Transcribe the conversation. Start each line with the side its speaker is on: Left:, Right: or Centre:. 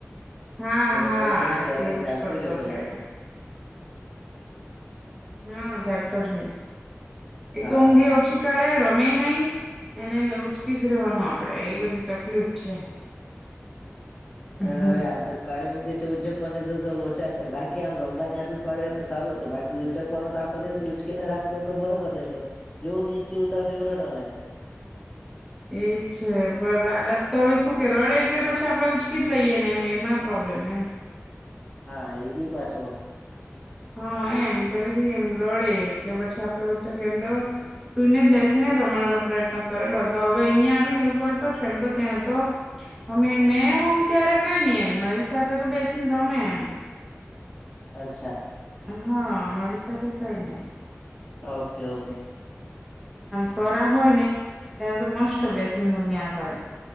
Centre: હા
Left: મને
Centre: હા
Left: કોલ કર્યો ત્યારે
Centre: તેવુંજ
Left: જાગતો
Centre: કરતો
Left: જ હતો
Centre: છે.
Left: લાગે
Centre: હા જાગ ટ જ હોય એક
Left: હા
Centre: તોમઘ
Left: હા
Centre: ઓછ ે રમે નહી એને લવ ઉચકી જ રહેવાનું આપડે એ બધી તકલીફ છે.
Left: <inaudible> <unintelligible> હવે
Centre: હમ
Left: એ આદત પાડી મૂકી છે. ઉદ્યોગકોની તો તો લોચા છે બાકી આમ રમવાની આદત પડ્યો તો સારું હતું બાકી ઉંચકોનું તો આખો દિવસ ઉચકીને રાખશો તો બરોબર રહેશે જેવું નીચે ત વરડવા લાગ છે.
Centre: એ છે પણ આડત તો હવે શું કે રડે એટલે પછી આપડે ઉચકી જ લઈએ ને એમ એમાં પ્રોબ્લેમ એમ
Left: હા, એ બી પાછુ
Centre: હા, એમ પેલાથી એમ રડે એટલે પછી આપડ ઉચો કેંડો સુઈને જ બેસીને રમાડવાનો પ્રયત્ન કરેલો હતો હવે અહીંયા, આવીને એવું તો છેમ તો ત્યાં તો અમે મેં હમ ત્યારે કઈ નઈ એમ મારી સાથે, તો બેસીને રમે એમ
Left: અચ્છા
Centre: હા, મારી સાથે કઈ નહી.
Left: ઓકે-ઓકે
Centre: સરા હોય ને ત્યારે તો મસ્ બેસીીંધુ મિયા કરે